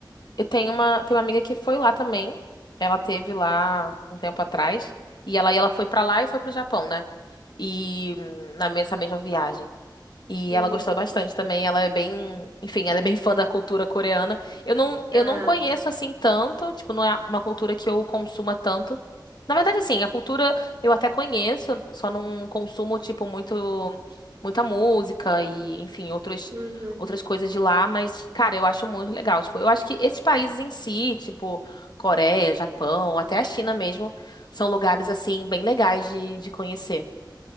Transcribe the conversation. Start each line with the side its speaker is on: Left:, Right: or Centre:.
Left: Eu tenho uma, tenho uma amiga que foi lá também. Ela teve lá um tempo atrás. E ela, e ela foi pra lá e foi pro Japão, né? E hum, na mesma, essa mesma viagem. E
Right: Hum,
Left: ela gostou bastante também. Ela é bem, enfim, ela é bem fã da cultura coreana. Eu não, eu
Right: ah,
Left: não conheço assim tanto, tipo, não é uma cultura que eu consuma tanto. Na verdade, assim, a cultura eu até conheço, só não consumo, tipo, muito, muita música e, enfim, outros,
Right: uhum.
Left: outras coisas de lá, mas, cara, eu acho muito legal. Tipo, eu acho que esses países em si, tipo, Coreia, Japão, até a China mesmo, são lugares, assim, bem legais de, de conhecer.